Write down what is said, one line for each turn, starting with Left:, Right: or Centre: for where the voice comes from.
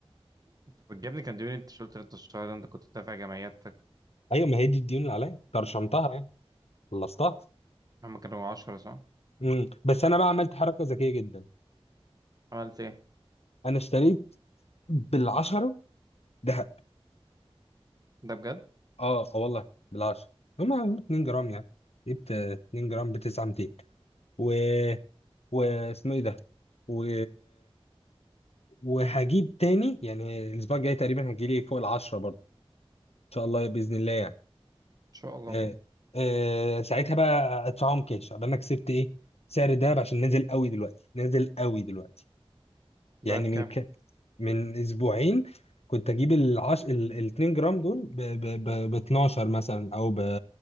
Right: أنت بتجيبني كان ديوني أنت شلت أنت الشهر ده أنت كنت دافع جمعياتك
Left: ايوه ما هي دي الديون اللي عليا طرشمتها يعني خلصتها
Right: هم كانوا عشرة صح؟
Left: مم. بس انا بقى عملت حركه ذكيه جدا
Right: عملت إيه؟
Left: انا اشتريت بالعشره دهب
Right: ده بجد؟ إن
Left: اه اه والله بالعشره هما 2 جرام يعني جبت آه، 2 جرام ب 900 و واسمه ايه ده و... وهجيب تاني يعني الاسبوع الجاي تقريبا هيجي لي فوق العشره برضه ان شاء الله باذن الله يعني
Right: شاء الله
Left: آه.
Right: طبعا
Left: آه. ساعتها بقى ادفعهم كاش قبل انا كسبت ايه سعر الدهب عشان نازل قوي دلوقتي نازل قوي دلوقتي
Right: بقى
Left: يعني
Right: بكام؟
Left: من ك... من اسبوعين كنت اجيب العش... ال ال 2 جرام دول ب ب ب ب 12 مثلا او ب